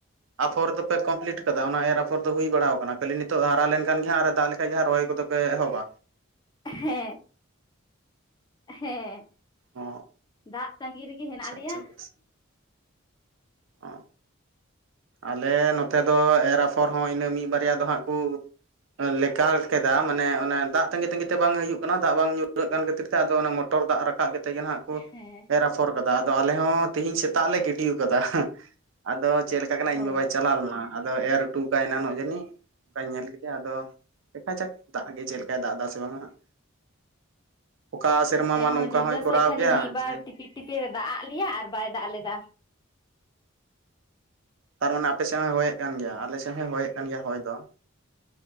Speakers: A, on the right; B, on the left.
A: ᱟᱯᱷᱚᱨ ᱫᱚᱯᱮ ᱠᱚᱢᱯᱞᱤᱴ ᱠᱟᱫᱟ ᱚᱱᱟ ᱮᱨ ᱟᱯᱷᱚᱨ ᱫᱚ ᱦᱩᱭ ᱵᱟᱲᱟ ᱟᱠᱟᱱᱟ ᱠᱷᱟᱹᱞᱤ ᱱᱤᱛᱚᱜ ᱦᱟᱨᱟ ᱞᱮᱱᱠᱷᱟᱱ ᱜᱮ ᱫᱟᱜ ᱞᱮᱠᱷᱟᱱ ᱨᱚᱦᱚᱭ ᱠᱚᱫᱚ ᱯᱮ ᱮᱦᱚᱵᱟ
B: ᱦᱮᱸ ᱦᱮᱸ
A: ᱚ
B: ᱫᱟᱜ ᱛᱟᱸᱜᱤ ᱨᱮᱜᱮ
A: ᱟᱪᱪᱷᱟ
B: ᱦᱮᱱᱟᱜ ᱞᱮᱭᱟ
A: ᱟᱪᱪᱷᱟ ᱵᱮᱥ ᱚ ᱟᱞᱮ ᱱᱚᱛᱮ ᱫᱚ ᱮᱨ ᱟᱯᱷᱚᱨ ᱦᱚᱸ ᱤᱱᱟᱹ ᱢᱤᱫ ᱵᱟᱨᱭᱟ ᱫᱚ ᱦᱟᱸᱜ ᱠᱚ ᱞᱮᱠ ᱠᱮᱫᱟ ᱢᱟᱱᱮ ᱚᱱᱟ ᱫᱟᱜ ᱛᱟ. ᱜᱤ ᱛᱟᱹᱜᱤ ᱛᱮ ᱵᱟᱝ ᱦᱩᱭᱩᱜ ᱠᱟᱱᱟ ᱫᱟᱜ ᱵᱟᱝ ᱧᱩᱨᱟᱹᱜ ᱠᱟᱱ ᱠᱷᱟᱹᱛᱤᱨ ᱛᱮ ᱟᱫᱚ ᱚᱱᱟ ᱢᱚ ᱯᱚᱴᱚᱨ ᱫᱟᱜ ᱨᱟᱠᱟᱵ ᱠᱟᱛᱮᱜ ᱜᱮ ᱱᱟᱦᱟᱜ ᱠᱚ
B: ᱦᱮᱸ
A: ᱮᱨᱟ ᱯᱷᱚᱨ ᱠᱟᱫᱟ ᱟᱞᱮ ᱦᱚᱸ ᱛᱦᱤᱧ ᱥᱮᱛᱟᱜ ᱞᱮ ᱜᱤᱰᱤ ᱠᱟᱫᱟ, ᱦᱮᱸ ᱟᱫᱚ ᱪᱮᱫ <inaudible> ᱠᱟᱱᱟᱭ
B: ᱦᱳ
A: ᱤᱧ ᱵᱟᱵᱟᱭ ᱪᱟᱞᱟᱣ ᱞᱮᱱᱟ ᱟᱫᱚ ᱮᱨ ᱦᱚᱴᱚ ᱠᱟᱭ ᱮᱱᱟ ᱡᱟᱹᱱᱤᱡ᱾ ᱚᱱᱠᱟᱧ ᱧᱮᱞ ᱠᱮᱫᱮᱭᱟ ᱟᱫᱚ ᱫᱮᱠᱷᱟ ᱡᱟᱠ ᱫᱟᱜ ᱜᱮ ᱪᱮᱫ ᱞᱮᱠᱟᱭ ᱫᱟᱜ ᱮᱫᱟ ᱥᱮ ᱵᱟᱝ ᱦᱟᱜ? ᱚᱠᱟ ᱥᱮᱨᱢᱟ
B: ᱱᱚᱛᱮ
A: ᱢᱟ
B: ᱦᱚᱸ
A: ᱱᱚᱝᱠᱟ
B: ᱧᱤᱫᱟᱹ
A: ᱦᱚᱸᱭ ᱠᱚᱨᱟᱣ
B: ᱥᱮᱫ ᱠᱷᱟᱹᱞᱤ
A: ᱜᱮᱭᱟ
B: ᱢᱤᱫ
A: ᱡᱮ
B: <inaudible> ᱫᱟᱜ ᱟᱫ ᱞᱮᱭᱟ ᱟᱨ ᱵᱟᱭ ᱫᱟᱜ ᱞᱮᱫᱟ᱾
A: ᱠᱟᱨᱚᱱ ᱟᱯᱮ ᱥᱮᱫ ᱦᱭᱮᱫ ᱠᱟᱱ ᱜᱮᱭᱟ ᱟᱞᱮ ᱥᱮᱫ ᱦᱚᱭ ᱦᱭᱮᱫ ᱠᱟᱱ ᱜᱮᱭᱟ ᱦᱚᱭ ᱫᱚ,